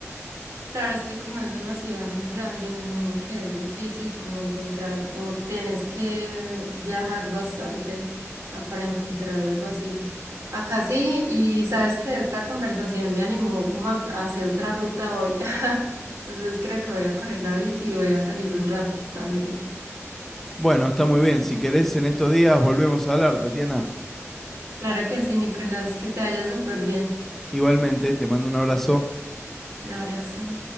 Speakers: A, on the right (about 80°); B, in the centre.
A: Claro, es que como es una ciudad muy grande, me imagino que es difícil como encontrar o tienes que viajar bastante ah, para encontrar algo así. Acá sí, y sabes que esta conversación me animó como a, a hacer otra ruta hoy. <laughs> Entonces creo que voy a coger la bici y voy a salir un rato también.
B: Bueno, está muy bien. Si querés, en estos días volvemos a hablar, Tatiana.
A: Claro que sí, Nicolás, que te vaya súper bien.
B: Igualmente, te mando un abrazo.
A: Un abrazo.